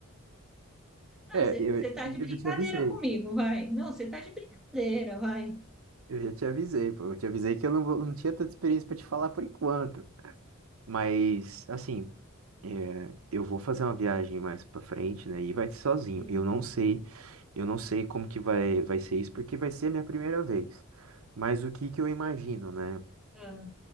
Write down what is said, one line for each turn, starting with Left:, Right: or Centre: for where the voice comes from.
Centre: Não,
Right: É,
Centre: você,
Right: eu,
Centre: você tá
Right: eu
Centre: de brincadeira
Right: já te avisei.
Centre: comigo, vai. Não, você tá de brincadeira, vai.
Right: Eu já te avisei, pô. Eu te avisei que eu não, vou- não tinha tanta experiência pra te falar por enquanto. Mas, assim, é, eu vou fazer uma viagem mais pra frente, né? E vai ser sozinho.
Centre: Sim.
Right: Eu não sei, eu não sei como que vai, vai ser isso, porque vai ser a minha primeira vez. Mas o que que eu imagino, né?
Centre: Ah,